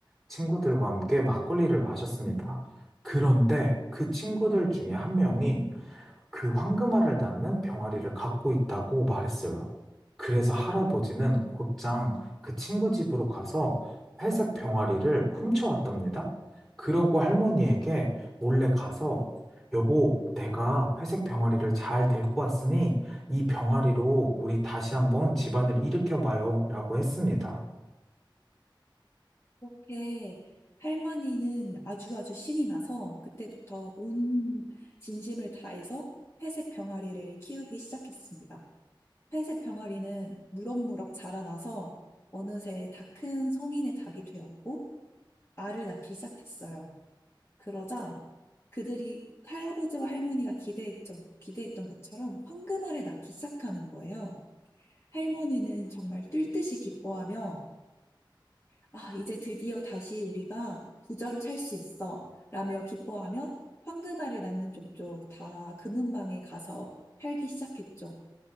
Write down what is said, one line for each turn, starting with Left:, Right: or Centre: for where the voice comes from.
Centre: 친구들과 함께 막걸리를 마셨습니다. 그런데 그 친구들 중에 한 명이 그 황금알을 낳는 병아리를 갖고 있다고 말했어요. 그래서 할아버지는 곧장 그 친구 집으로 가서 회색 병아리를 훔쳐왔답니다. 그러고 할머니에게 몰래 가서 여보, 내가 회색 병아리를 잘 데리고 왔으니 이 병아리로 우리 다시 한번 집안을 일으켜봐요 라고 했습니다.
Left: 그렇게 할머니는 아주 아주 신이 나서 그때부터 온 진심을 다해서 회색 병아리를 키우기 시작했습니다. 회색 병아리는 무럭무럭 자라나서 어느새 다 큰 성인의 닭이 되었고 알을 낳기 시작했어요. 그러자 그들이 할아버지와 할머니가 기대했던, 기대했던 것처럼 황금알을 낳기 시작하는 거예요. 할머니는 정말 뛸 듯이 기뻐하며 아, 이제 드디어 다시 우리가 부자로 살 수 있어. 라며 기뻐하며 황금알을 낳는 족족 다 금은방에 가서 살기 시작했죠.